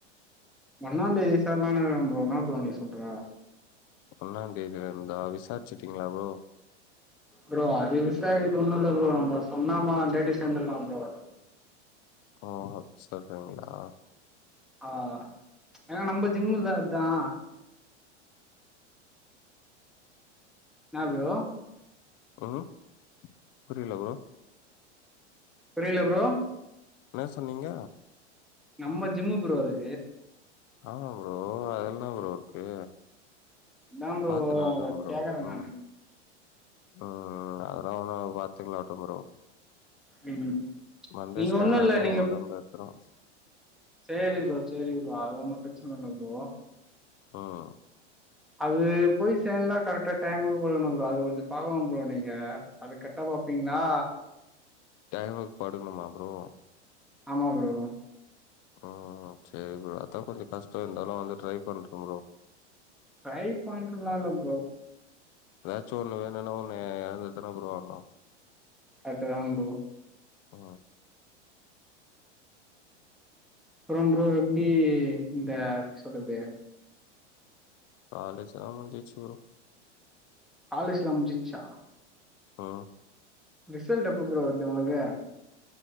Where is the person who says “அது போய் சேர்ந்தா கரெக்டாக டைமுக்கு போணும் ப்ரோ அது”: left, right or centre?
Centre